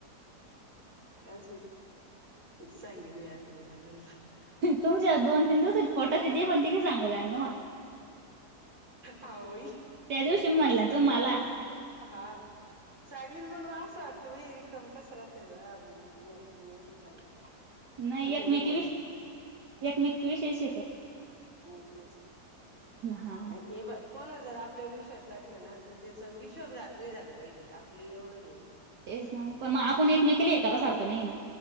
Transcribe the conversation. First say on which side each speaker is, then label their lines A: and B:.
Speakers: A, on the right; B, on the right.
A: असेच सांगेन मी आता तुला नंतर.
B: तुमच्या दोन तीन दिवसच पोटात ये ते पण ते सांगलं जान
A: हा व बाई
B: त्या दिवशी म्हणलं ना तुम्ही मला
A: हा सांग म्हणून असं वाटतं बाई रिकाम कस राहत्या तरी बाह्या मैत्रिणी मधी चांगल्या
B: नाही
A: आणि
B: एकमेकी
A: ते फोन
B: विषयी एकमेकी विषयी हे करता
A: मंग तेच ना.
B: हा
A: अ ए बाई कोण? जर आपल्यावर विश्वास टाकल ना तर त्याच विश्वासघात नाही झालं पाहिजे आपलं एवढं हे ये.
B: तेच ना पण मग आपण एकमेकीला हे करासारखं नाहीये ना?